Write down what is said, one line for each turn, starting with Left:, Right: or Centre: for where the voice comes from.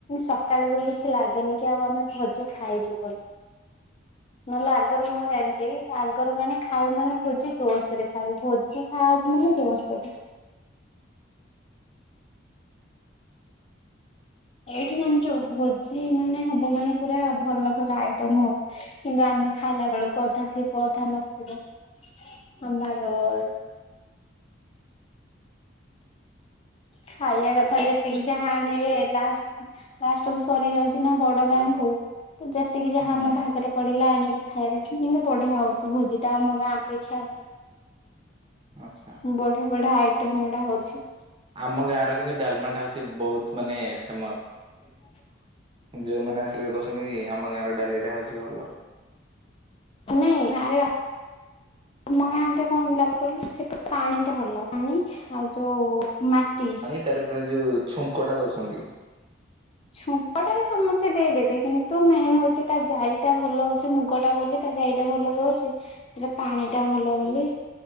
Left: ସକାଳ ଯାଏ କିଛି ଲାଗେନି କି ଆଉ ଆମେ ଭୋଜି ଖାଇଛୁ ବୋଲି। ନହେଲେ ଆଗରୁ ମୁଁ ଜାଣିଛି ଆଗରୁ ମାନେ ଖାଉ ମାନେ ଭୋଜି ଜୋସରେ ଖାଉ ଭୋଜି ଖାଉଛି ମାନେ ଜୋସରେ। ଏଇଠି ଜାଣିଛୁ ଭୋଜି ମାନେ ହବ ମାନେ ପୁରା ଭଲ ଭଲ ଆଇଟମ ହବ। କିନ୍ତୁ ଆମେ ଖାଇଲା ବେଳକୁ ଅଧା ଥିବ ଅଧା ନଥିବ <unintelligible> ବେଳକୁ। ଖାଇବା କଥା ଯେତିକି ଯାହା ଆଣିବେ ଲାଷ୍ଟ ଲାଷ୍ଟକୁୁ ସରି ଯାଉଛି ନା ବଡ ଗାଁ କୁ ତ ଯେତିକି ଯାହା
Right: ହୁଁ
Left: ଆମ ଭାଗରେ ପଡିଲା ଆଣିକି ଖାଇବାର ଅଛି କିନ୍ତୁ ବଢିଆ ହଉଛି ଭୋଜି ଟା ଆମ ଗାଁ ଅପେକ୍ଷା ଆଉ।
Right: ଆଚ୍ଛା।
Left: ବଢିଆ ବଢିଆ ଆଇଟମ ଗୁଡା ହଉଛି।
Right: ଆମ ଗାଁର କିନ୍ତୁ ଡାଲମା ଟା ହଉଛି ବହୁତ ମାନେ ଫେମସ।
Left: <inaudible>
Right: ଯୋଉଁମାନେ ଆସିଲେ ବି କହୁଛନ୍ତି କି ଆମ ଗାଁ ର ଡାଲିଟା ହେଉଛି ଭଲ।
Left: ନାଇଁ ଆରେ ଆମ ଗାଁରେ କଣ ଡାଲି କହିଲ ସେପଟେ ପାଣି ଟା ଭଲ। ପାଣି ଆଉ ଯୋଉ ମାଟି।
Right: ତାରି ଉପରେ ଯୋଉ ଛୁଙ୍କଟା ଦଉଛନ୍ତି।
Left: ଛୁଙ୍କ ଟା ବି ସମସ୍ତେ ଦେଇଦେବେ କିନ୍ତୁ ମେନ ହଉଛି ତା ଜାଇଟା ଭଲ ହଉଛି ମୁଗ ଟା ବୋଲି ତା ଯାଇଟା ଭଲ ରହୁଛି ସେଟା ପାଣି ଟା ଭଲ ବୋଲି